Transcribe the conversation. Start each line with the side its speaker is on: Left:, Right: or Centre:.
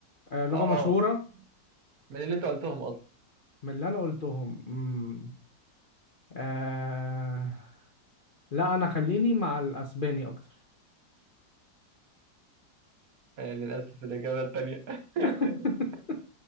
Left: آه لغه
Right: اه
Left: مشهوره
Right: اه من اللي انت قلتهم اصلا
Left: من اللي انا قلتهم مم. آه... لا انا خليني مع الاسباني اكتر
Right: آه، للاسف الاجابة التانية <laughs>
Left: <laughs>